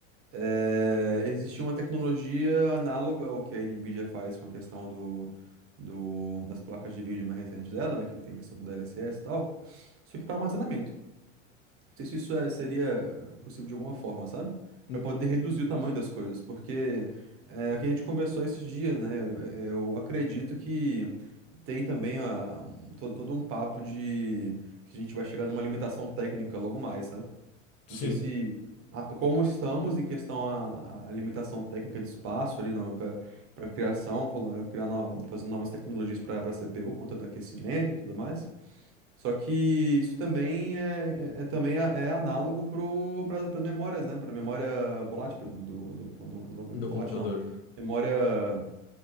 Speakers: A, on the right; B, on the left.
A: É, existe uma tecnologia análoga ao que a Nvidia faz com a questão do, do, das placas de vídeo mais recentes dela, né? Que tem a questão do DLSS e tal. Só que para armazenamento. Não sei se isso é, seria possível de alguma forma, sabe?
B: Hum,
A: Para poder reduzir o tamanho das coisas, porque é, o que a gente conversou esses dias, né? Eu, eu acredito que. Tem também a- um- to- todo um papo de que a gente vai chegar numa limitação técnica logo mais, sabe?
B: Sim,
A: Não sei se. a- como estamos em questão à à limitação técnica de espaço ali para criação, colo- eh, criar no- fazendo novas tecnologias para CPU, conta do aquecimento e tudo mais. Só que isso também é, é- é também a- é análogo para as memórias, né? Para memória volátil, pro- do, do, do- do-
B: do
A: volátil
B: computador.
A: não. Memória